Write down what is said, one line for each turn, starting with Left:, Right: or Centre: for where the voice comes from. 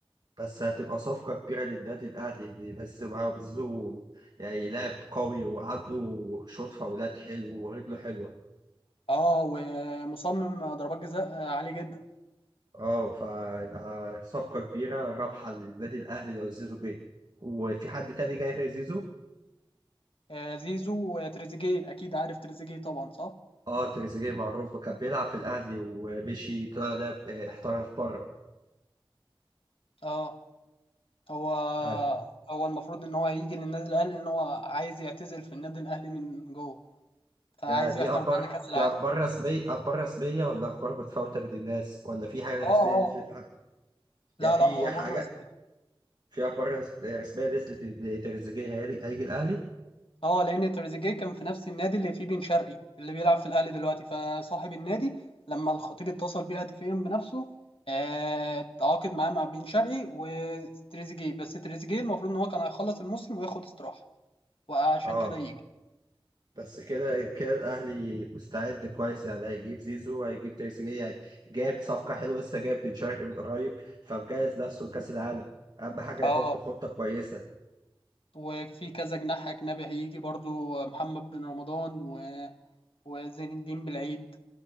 Right: بس هتبقى صفقة كبيرة للنادي الأهلي إن بس معاه بيزو يعني لاعب قوي وعنده شوط فاولات حلو ورجله حلوة
Left: اه ومصمم ضربات جزاء عالية جدا
Right: اه فيبقى صفقة كبيرة رابحة للنادي الأهلي لو زيزو جه وفي حد تاني جاي غير زيزو
Left: آه، زيزو وتريزيجيه أكيد عارف تريزيجيه طبعا صح؟
Right: اه تريزيجيه معروف كان بيلعب في الأهلي ومشي طلع لعب آه، احترف بره
Left: اه هو
Right: آه،
Left: هو المفروض ان هو هيجي للنادي الاهلي ان هو عايز يعتزل في النادي الاهلي من جوه فعايز
Right: ده دي
Left: يحضر
Right: أخبار
Left: معانا كاس العالم
Right: دي أخبار رسمية أخبار رسمية ولا أخبار متفاوتة بين الناس ولا في حاجة
Left: اه
Right: رسمية نزلت
Left: اه
Right: بقى؟ يعني
Left: لا
Right: في
Left: لا اخبار
Right: حاجة
Left: رسميه
Right: في أخبار رس- رسمية نزلت إن تريزيجيه هيجي هيجي الأهلي
Left: اه لان تريزيجيه كان في نفس النادي اللي فيه بن شرقي اللي بيلعب في الاهلي دلوقتي فصاحب النادي لما الخطيب اتصل بيه هاتفيا بنفسه آه، تعاقد معاه مع بن شرقي وتريزيجيه بس تريزيجيه المفروض ان هو كان هيخلص الموسم وياخد استراحه وعشان
Right: اه
Left: كده يجي
Right: بس كده كده الاهلي مستعد كويس يعني هيجيب زيزو هيجيب تريزيجيه هي- جايب صفقه حلوه لسه جايب بن شرقي من قريب فمجهز نفسه لكاس العالم اهم حاجه
Left: اه
Right: يحط خطه كويسه
Left: وفي كذا جناح أجنبي هيجي برضو محمد بن رمضان و... وزين الدين بالعيد